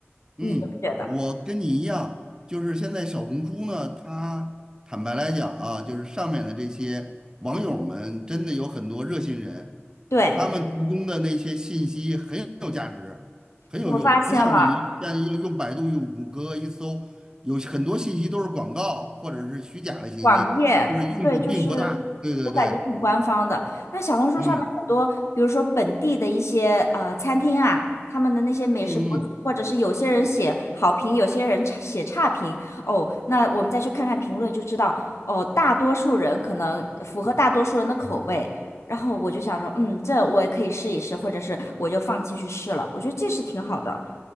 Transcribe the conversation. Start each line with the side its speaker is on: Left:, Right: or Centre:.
Right: 嗯，
Left: 你觉不觉得？
Right: 我跟你一样，就是现在小红书呢，它坦白来讲啊，就是上面的这些网友们真的有很多热心人，
Left: 对，
Right: 他们提供的那些信息很有价值，很有用，
Left: 我发现了，
Right: 不像你现在用用百度、用谷歌一搜，有很多信息都是广告或者是虚假的信息，
Left: 网页，
Right: 就是用处并不大。
Left: 对，就是我感觉挺官方的。
Right: 对对对，
Left: 那小红书上面很多，
Right: 嗯
Left: 比如说本地的一些呃餐厅啊，他们的那些美食博主，
Right: 嗯嗯，
Left: 或者是有些人写好评，有些人差写差评。哦，那我们再去看看评论就知道，哦，大多数人可能符合大多数人的口味。然后我就想说，嗯，这我也可以试一试，或者是我就放弃去试了。我觉得这是挺好的。